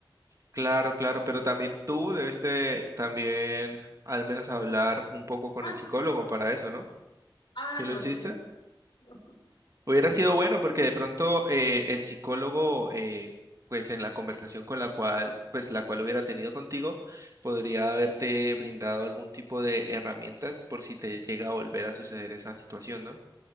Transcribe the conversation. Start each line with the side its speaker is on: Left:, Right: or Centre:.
Right: Claro, claro. Pero también tú debiste también al menos hablar un poco con
Left: Ah,
Right: el psicólogo
Left: sí.
Right: para eso, ¿no?
Left: Ah,
Right: ¿Sí
Left: no,
Right: lo hiciste?
Left: eso sí no. <laughs>
Right: Hubiera sido bueno porque de pronto eh, el psicólogo, eh, pues en la conversación con la cual, pues la cual hubiera tenido contigo, podría haberte brindado algún tipo de herramientas por si te llega a volver a suceder esa situación, ¿no?